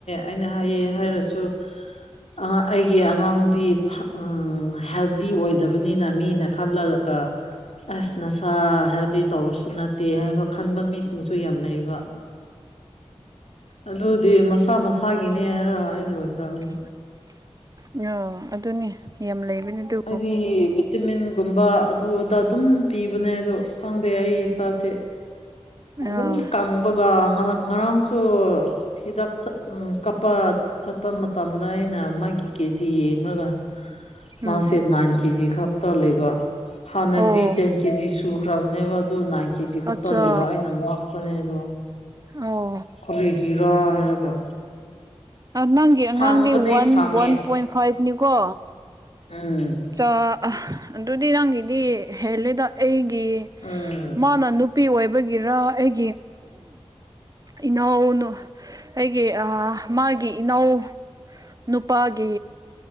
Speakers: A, on the left; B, on the right.
A: ꯑꯩꯅ ꯍꯥꯏꯌꯦ ꯍꯥꯏꯔꯁꯨ ꯑ ꯑꯩꯒꯤ ꯑꯉꯥꯡꯗꯤ ꯑ ꯍꯦꯜꯗꯤ ꯑꯣꯏꯗꯕꯅꯤꯅ ꯃꯤꯅ ꯈꯜꯂꯒ ꯑꯁ ꯅꯁꯥ ꯍꯦꯜꯗꯤ ꯇꯧꯕꯁꯨ ꯅꯠꯇꯦ ꯍꯥꯏꯕ ꯈꯟꯕ ꯃꯤꯁꯤꯡꯁꯨ ꯌꯥꯝ ꯂꯩꯕ ꯑꯗꯨꯗꯤ ꯃꯁꯥ ꯃꯁꯥꯒꯤꯅꯦ ꯍꯥꯏꯔ ꯑꯩ ꯂꯣꯏꯈ꯭ꯔꯕꯅꯦ
B: ꯎꯝ ꯑꯌꯣ ꯑꯗꯨꯅꯦ ꯌꯥꯝ ꯂꯩꯕꯅꯤ ꯑꯗꯨ
A: ꯍꯥꯏꯗꯤ ꯚꯤꯇꯃꯤꯟꯒꯨꯝꯕ ꯑꯗꯨ ꯑꯗ ꯑꯗꯨꯝ ꯄꯤꯕꯅꯦ ꯑꯗꯣ ꯈꯪꯗꯦ ꯑꯩ ꯏꯁꯥꯁꯦ ꯑꯗꯨꯝ
B: ꯑꯥ
A: ꯀꯪꯕꯒ ꯉꯔꯥꯡꯁꯨ ꯍꯤꯗꯥꯛ ꯆꯥ ꯑꯝ ꯀꯥꯄꯥ ꯆꯠꯄ ꯃꯇꯝꯗ ꯑꯩꯅ ꯃꯥꯒꯤ ꯀꯦꯖꯤ ꯌꯦꯡꯔꯒ ꯃꯥꯁꯤ
B: ꯎꯝ
A: ꯅꯥꯏꯟ ꯀꯦꯖꯤ ꯈꯛꯇ ꯂꯩꯕ ꯍꯥꯟꯅꯗꯤ
B: ꯑꯣ
A: ꯇꯦꯟ ꯀꯦꯖꯤ ꯁꯨꯈ꯭ꯔꯕꯅꯦꯕ ꯑꯗꯣ ꯅꯥꯏꯟ ꯀꯦꯖꯤ ꯈꯛꯇ
B: ꯑꯠꯆꯥ
A: ꯂꯩꯕ ꯑꯩꯅ ꯉꯥꯛꯄꯅꯦ ꯑꯗꯣ
B: ꯑꯣ
A: ꯀꯔꯤꯒꯤꯔꯥ ꯍꯥꯏꯔꯒ
B: ꯅꯪꯒꯤ
A: ꯁꯥꯡꯕꯗꯤ
B: ꯑꯉꯥꯡꯗꯤ ꯋꯥꯟ
A: ꯁꯥꯡꯉꯦ
B: ꯋꯥꯟ ꯄꯣꯏꯟ ꯐꯥꯏꯚꯅꯤꯀꯣ
A: ꯎꯝ
B: ꯆ ꯑꯗꯨꯗꯤ ꯅꯪꯒꯤꯗꯤ ꯍꯦꯜꯂꯦꯗ ꯑꯩꯒꯤ
A: ꯎꯝ
B: ꯃꯥꯅ ꯅꯨ ꯅꯨꯄꯤ ꯑꯣꯏꯕꯒꯤꯔ ꯑꯩꯒꯤ ꯏꯅꯥꯎꯅ ꯑꯩꯒꯤ ꯑ ꯃꯥꯒꯤ ꯏꯅꯥꯎ ꯅꯨꯄꯥꯒꯤ